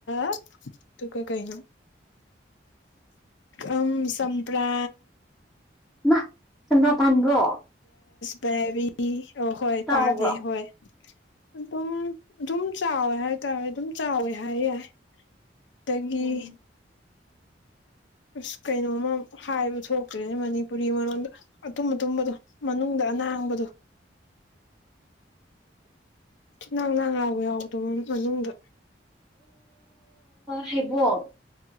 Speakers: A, on the left (about 80°); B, in the centre.
A: ꯑ ꯇꯨꯀ ꯀꯥꯏꯅ ꯑꯝ ꯆꯄ꯭ꯔꯥ
B: ꯅ ꯆꯟꯗ꯭ꯔꯥ ꯄꯗ꯭ꯔꯣ
A: ꯄꯕꯤ ꯍꯣꯏ
B: ꯆꯥꯎꯕ꯭ꯔꯣ
A: ꯄꯥꯅꯦ ꯍꯣꯏ ꯑꯗꯨꯝ ꯑꯗꯨꯝ ꯆꯥꯎꯋꯦ ꯍꯥꯏꯇꯥꯔꯦ ꯑꯗꯨꯝ ꯆꯥꯎꯋꯦ ꯍꯥꯏ ꯌꯥꯏ ꯇꯒꯤ
B: ꯎꯝ
A: ꯎ ꯑ ꯀꯩꯅꯣꯝꯃ ꯍꯥꯏꯕ ꯊꯣꯛꯇ꯭ꯔꯦꯅꯦ ꯃꯅꯤꯄꯨꯔꯤ ꯃꯔꯣꯟꯗ ꯑꯇꯨꯝ ꯑꯇꯨꯝꯕꯗꯣ ꯃꯅꯨꯡꯗ ꯀꯅꯥꯥꯡꯕꯗꯣ ꯅꯪ ꯅꯪ ꯌꯥꯎꯕ ꯌꯥꯎꯗꯧ ꯃꯅꯨꯡꯗ
B: ꯍꯥꯏꯕ